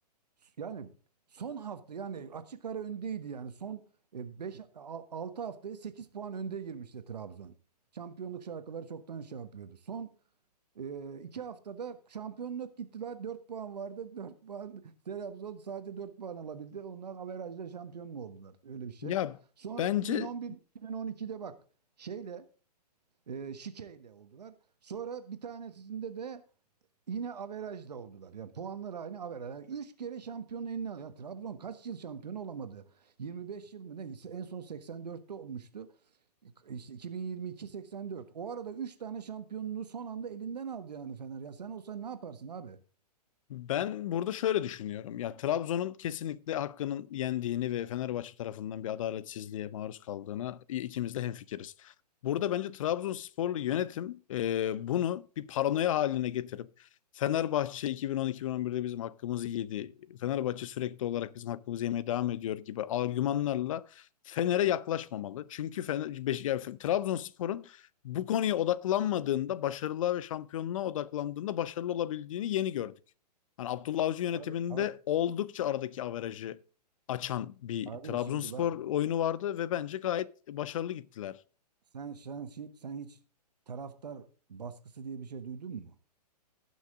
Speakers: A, on the right; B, on the left.
A: Yani son hafta yani açık ara öndeydi yani son 5 6 haftaya 8 puan önde girmişti Trabzon. Şampiyonluk şarkıları çoktan şey yapıyordu. Son ee, iki haftada şampiyonluk gittiler. dört puan vardı. dört puan <laughs> Trabzon sadece 4 puan alabildi. Onlar averajla şampiyon mu oldular? Öyle bir şey.
B: ya
A: Sonra
B: Bence
A: 2011-2012'de bak şeyle e, şikeyle oldular. Sonra bir tanesinde de yine averajla oldular. Yani puanlar aynı averaj. Yani üç kere şampiyonu eline al- Ya Trabzon kaç yıl şampiyon olamadı? 25 yıl mı ne? En son 84'te olmuştu. İşte 2022-84. O arada 3 tane şampiyonluğu son anda elinden aldı yani Fener. Ya sen olsan ne yaparsın abi?
B: Ben burada şöyle düşünüyorum. Ya Trabzon'un kesinlikle hakkının yendiğini ve Fenerbahçe tarafından bir adaletsizliğe maruz kaldığına i- ikimiz de hemfikiriz. Burada bence Trabzonsporlu yönetim e, bunu bir paranoya haline getirip Fenerbahçe 2010-2011'de bizim hakkımızı yedi. Fenerbahçe sürekli olarak bizim hakkımızı yemeye devam ediyor gibi argümanlarla Fener'e yaklaşmamalı. Çünkü Fener, Beş- yani Fe- Trabzonspor'un bu konuya odaklanmadığında, başarılığa ve şampiyonluğa odaklandığında başarılı olabildiğini yeni gördük. Hani Abdullah Avcı yönetiminde
A: Abi, abi,
B: oldukça aradaki averajı açan bir
A: abi
B: Trabzonspor
A: şimdi bak
B: oyunu vardı ve bence gayet başarılı gittiler.
A: sen, sen sen hiç taraftar baskısı diye bir şey duydun mu?